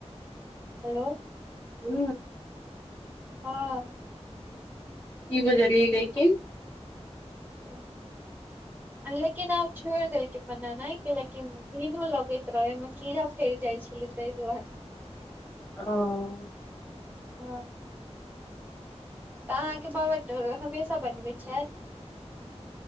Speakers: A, on the right; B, on the left.
A: हेलो
B: हू
A: हँ
B: ई बजल गेलैके
A: ओ लेकिन आब छोड़ि देलकै बनेनाइ कैलाकि भिनो लगैत रहे ओं कीड़ा फैर जाय छले <unintelligible>
B: ओ
A: हँ तऽ अहाँके बाबा हमेशा बनबैत छै